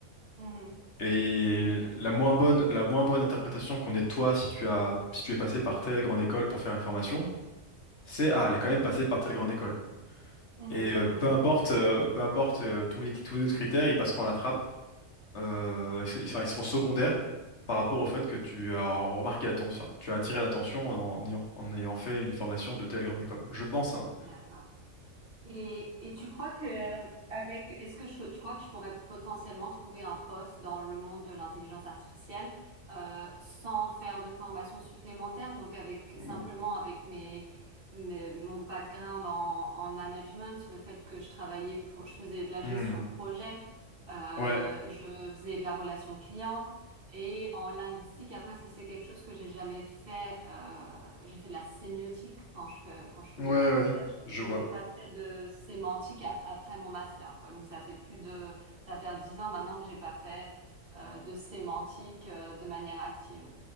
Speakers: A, on the right; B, on the left.
A: Mhm.
B: Et
A: Ok.
B: la moins bonne, la moins bonne interprétation qu'on ait de toi si tu as si tu es passé par telle grande école pour faire une formation, c'est ah,
A: Ouais.
B: elle est quand même passée par telle grande école.
A: Mhm,
B: Et euh,
A: mhm.
B: peu importe, euh, peu importe euh, tous les, tous les autres critères, ils passeront à la trappe. Euh, ils, enfin, ils seront secondaires par rapport au fait que tu as remarqué l'attention, enfin, tu as attiré l'attention en ayant, en ayant fait une formation de telle grande école. Je pense, hein.
A: D'accord. Et, et tu crois que avec est-ce que je, tu crois que je pourrais potentiellement trouver un poste dans le monde de l'intelligence artificielle euh, sans faire de formation supplémentaire, donc avec simplement
B: Ou-
A: avec mes, mes- mon background en, en management, le fait que je travaillais pour je faisais de la gestion
B: Hmm.
A: de projet, euh,
B: Ouais,
A: je faisais de la relation client. Et en linguistique, après, ça c'est quelque chose que j'ai jamais fait. euh, j'ai fait de la sémiotique quand je fais- quand je faisais
B: ouais,
A: de la recherche,
B: ouais, je
A: mais
B: vois.
A: j'ai pas fait de sémantique ap- après mon master, quoi. Donc ça fait plus de, ça va faire dix ans maintenant que j'ai pas fait euh, de sémantique euh, de manière active.